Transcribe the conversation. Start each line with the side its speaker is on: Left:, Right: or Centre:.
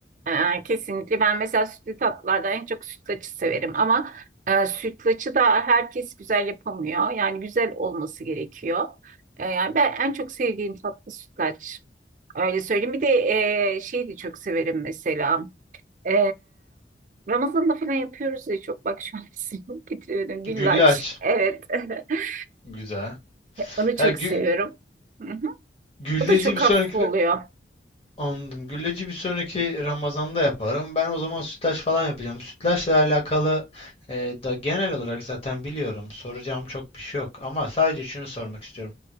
Right: Ee, Kesinlikle ben mesela sütlü tatlılardan en çok sütlaçı severim ama e, sütlaçı da herkes güzel yapamıyor. Yani güzel olması gerekiyor. E, yani ben en çok sevdiğim tatlı sütlaç. Öyle söyleyeyim. Bir de e, şeyi de çok severim mesela. E, Ramazan'da falan yapıyoruz ya çok bak şu an isim <laughs> getiriyorum. Güllaç.
Left: Gülle aç.
Right: Evet. <laughs>
Left: Güzel.
Right: Onu
Left: Ha,
Right: çok
Left: gü-
Right: seviyorum. Hı hı.
Left: gülleci
Right: O da çok
Left: bir sonraki
Right: hafif oluyor.
Left: anladım. Gülleci bir sonraki Ramazan'da yaparım. Ben o zaman sütlaç falan yapacağım. Sütlaçla alakalı e, da genel olarak zaten biliyorum. Soracağım çok bir şey yok. Ama sadece şunu sormak istiyorum.